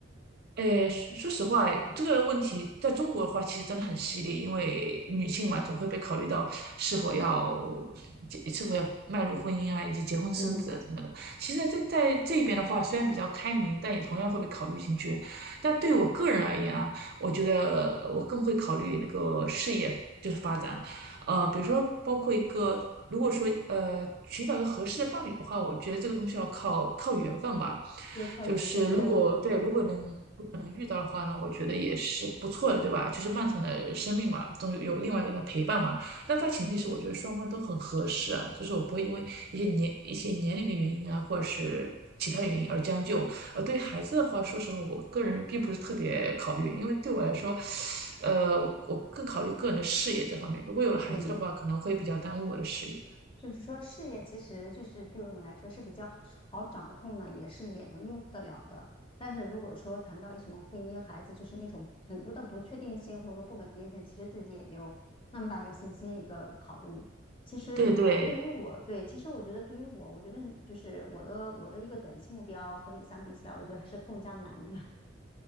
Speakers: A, on the right; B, on the left.
A: 诶，说说实话，这个问题在中国的话，其实真的很犀利，因为女性嘛，总会被考虑到是否要结，是否要迈入婚姻啊，以及结婚生子啊什么的。
B: 嗯，
A: 其实在，在这边的话，虽然比较开明，但也同样会被考虑进去。但对我个人而言啊，我觉得我更会考虑那个事业，就是发展。呃，比如说包括一个，如果说呃寻找一个合适的伴侣的话，我觉得这个东西要靠靠缘分吧。
B: 就是靠缘分，
A: 就是如果对，
B: 哎，我懂的，
A: 如果能如果能遇到的话呢，我觉得也是不错的，对吧？就是漫长的生命嘛，总有有另外一个人的陪伴嘛。那大前提是我觉得双方都很合适啊，就是我不会因为一些年一些年龄的原因啊，或者是其他的原因而将就。呃，对于孩子的话，说实话，我个人并不是特别考虑，因为对我来说，呃，我我更考虑个人的事业这方面。如果有了孩子的话，
B: 嗯。
A: 可能会比较耽误我的事业。
B: 就是说，事业其实就是对我们来说是比较好掌控的，也是也能应付得了的。但是如果说谈到什么婚姻、孩子，就是那种很多的不确定性或者说不稳定性，其实自己也没有那么大的一个信心一个考虑。其实对于我，
A: 对对，
B: 对，其实我觉得对于我，我觉得就是我的我的一个短期目标和你相比起来，我觉得还是更加难的。